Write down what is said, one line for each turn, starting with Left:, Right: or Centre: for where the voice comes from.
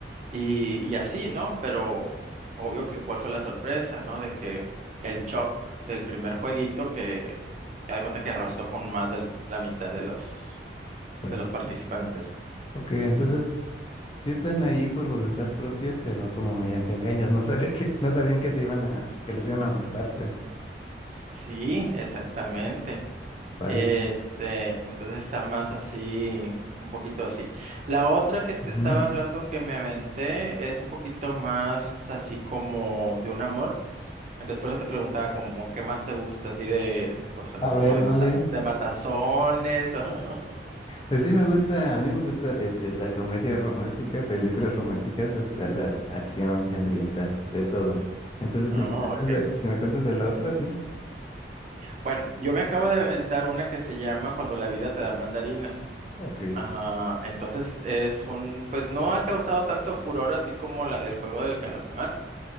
Right: y, y así, ¿no? Pero obvio que cuál fue la sorpresa, ¿no? De que el shock del primer jueguito que, me da cuenta que arrasó con más de la mitad de los,
Left: fuerte.
Right: de los participantes.
Left: Ok, entonces sí están ahí por voluntad propia, pero como mediante engaños, no sabía que, no sabían que se iban a, que los iban a matar, pues.
Right: Sí, exactamente.
Left: vale.
Right: Este, entonces está más así, un poquito así. La otra que te estaba
Left: Ujú.
Right: hablando que me aventé es un poquito más así como de un amor. Entonces por eso te preguntaba como qué más te gusta, así de, pues así
Left: A
Right: como
Left: ver,
Right: de
Left: vale.
Right: matas, de matazones. o- <laughs>
Left: Pues sí me gusta, a mí me gusta desde la comedia romántica, películas románticas, hasta la acción sangrientas, de todo. Entonces,
Right: Oh,
Left: si me cuentas
Right: okay.
Left: de, si me cuentas de la otra, sí.
Right: Bueno, yo me acabo de aventar una que se llama Cuando la vida te da mandarinas.
Left: Ok.
Right: Ah, entonces es un, pues no ha causado tanto furor así como la del juego del calamar.